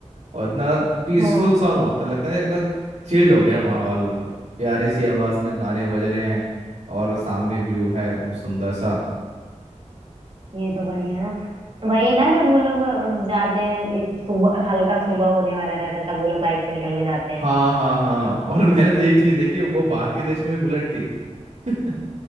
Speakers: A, on the right; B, on the right.
A: और इतना पीसफुल
B: हाँ
A: सॉन्ग होता है लगता है एकदम चिल्ड हो गया माहौल प्यारी सी आवाज़ में गाने बज रहे हैं और सामने व्यू है सुंदर सा
B: ये तो बढ़िया ना वही ना जब वो लोग अ, जाते हैं इस सुबह हल्का सुबह होने वाला रहता है, तब वो लोग बाइक से निकल के जाते हैं
A: हाँ हाँ हाँ और मैंने तो एक चीज़ देखी वो बाहर के देश में भी बुलेट थी <laughs>